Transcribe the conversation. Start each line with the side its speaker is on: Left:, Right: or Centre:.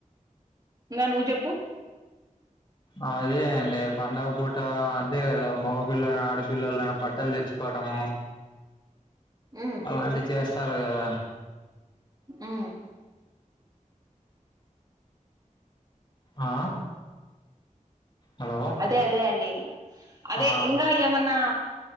Right: ఇంగ నువ్వు చెప్పు?
Left: ఆ అదే అండి, పండుగ పూటా అంతే గదా. మొగ పిల్లలన్, ఆడ పిల్లలైనా బట్టలు దెచ్చు కోడమూ
Right: ఉమ్
Left: అలాంటి చేస్తారు గదా?
Right: ఉ
Left: ఆ హలో
Right: అదే అదే అండి. అదే
Left: ఆ
Right: ఇంకా ఏమన్నా